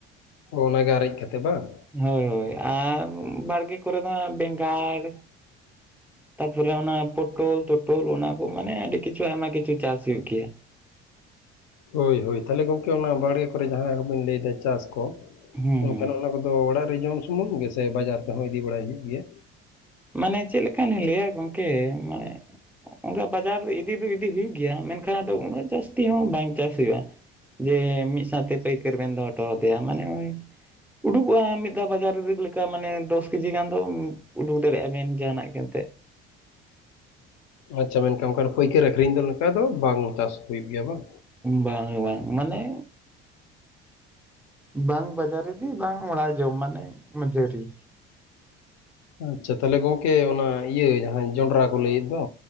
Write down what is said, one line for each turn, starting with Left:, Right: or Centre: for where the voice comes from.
Left: ᱚᱱᱟ ᱜᱮ ᱟᱨᱮᱡ ᱠᱟᱛᱮ ᱵᱟᱝ?
Centre: ᱦᱳᱭ ᱦᱳᱭ ᱟᱨ ᱵᱟᱲᱜᱮ ᱠᱚᱨᱮ ᱫᱚ ᱦᱟᱸᱜ ᱵᱮᱸᱜᱟᱲ ᱛᱟᱨᱯᱚᱨᱮ ᱚᱱᱟ ᱯᱳᱴᱚᱞ ᱛᱳᱴᱚᱞ ᱚᱱᱟ ᱠᱚ ᱢᱟᱱᱮ ᱟᱹᱰᱤ ᱠᱤᱪᱷᱩ ᱟᱭᱢᱟ ᱠᱤᱪᱷᱩ ᱪᱟᱥ ᱦᱩᱭᱩᱜ ᱜᱮᱭᱟ᱾
Left: ᱦᱳᱭ ᱦᱳᱭ, ᱛᱟᱦᱮ ᱜᱚᱢᱠᱮ ᱚᱱᱟ ᱵᱟᱲᱜᱮ ᱠᱚᱨᱮ ᱡᱟᱦᱟᱸᱭ ᱠᱚᱵᱤᱱ ᱞᱟᱹᱭᱮᱫᱟ ᱪᱟᱥ ᱠᱚ
Centre: ᱦᱩᱸ
Left: ᱢᱮᱱᱠᱷᱟᱱ ᱚᱱᱟ ᱚᱫᱚ ᱚᱲᱟᱜ ᱨᱮ ᱡᱚᱢ ᱥᱩᱢᱩᱝ ᱜᱮᱥᱮ, ᱵᱟᱡᱟᱨ ᱛᱮᱦᱚᱸ ᱤᱫᱤ ᱵᱟᱲᱟᱭ ᱦᱩᱭᱩᱜ ᱜᱮᱭᱟ?
Centre: ᱢᱟᱱᱮ ᱪᱮᱫ ᱞᱮᱠᱟᱹᱧ ᱞᱟᱹᱭᱟ ᱜᱚᱢᱠᱮ ᱢᱟᱱᱮ- ᱩᱱᱟᱹᱜ ᱵᱟᱡᱟᱨ ᱤᱫᱤ ᱫᱚ ᱤᱫᱤ ᱤᱫᱤ ᱦᱩᱭᱩᱜ ᱜᱮᱭᱟ ᱢᱮᱱᱠᱷᱟᱱ ᱟᱫᱚ ᱩᱱᱟᱹᱜ ᱡᱟᱹᱥᱛᱤ ᱦᱚᱸ ᱵᱟᱝ ᱪᱟᱥ ᱦᱩᱭᱩᱜᱼᱟ᱾ ᱡᱮ ᱢᱤᱫ ᱥᱟᱶᱛᱮ ᱯᱟᱹᱭᱠᱟᱹᱨ ᱵᱮᱱ ᱫᱚᱦᱚᱴᱚ ᱟᱫᱮᱭᱟ, ᱢᱟᱱᱮ ᱩᱭ ᱩᱰᱩᱜ-ᱟ ᱢᱤᱫ ᱫᱷᱟᱣ ᱵᱟᱡᱟᱨ ᱨᱤᱯ ᱞᱮᱠᱟ ᱢᱟᱱᱮ ᱫᱚᱥ ᱠᱮᱡᱤ ᱜᱟᱱ ᱫᱚ ᱩᱰᱩᱠ ᱫᱟᱹᱲᱮᱭᱟᱜᱼᱟ ᱵᱤᱱ ᱡᱟᱦᱟᱱᱟᱜ ᱮᱱᱛᱮ,
Left: ᱟᱪᱪᱷᱟ, ᱢᱮᱱᱠᱷᱟᱱ ᱚᱱᱠᱟᱱ ᱯᱟᱹᱭᱠᱟᱹᱨ ᱟᱠᱷᱨᱤᱧ ᱫᱚ ᱱᱚᱝᱠᱟ ᱫᱚ ᱵᱟᱝ ᱪᱟᱥ ᱦᱩᱭᱩᱜ ᱜᱮᱭᱟ ᱵᱟᱝ?
Centre: ᱵᱟᱝ ᱵᱟᱝ ᱢᱟᱱᱮ, ᱵᱟᱝ ᱵᱟᱡᱟᱨ ᱨᱮ ᱤᱫᱤ ᱵᱟᱝ ᱚᱲᱟᱜ ᱡᱚᱢ ᱢᱟᱱᱮ ᱢᱟᱹᱡᱷᱟᱹᱨᱤ,
Left: ᱟᱪᱪᱷᱟ ᱛᱟᱞᱦᱮ ᱜᱚᱢᱠᱮ ᱚᱱᱟ ᱤᱭᱟᱹ ᱡᱟᱦᱟᱸ ᱡᱚᱱᱰᱨᱟ ᱠᱚ ᱞᱟᱹᱭᱮᱫ ᱫᱚ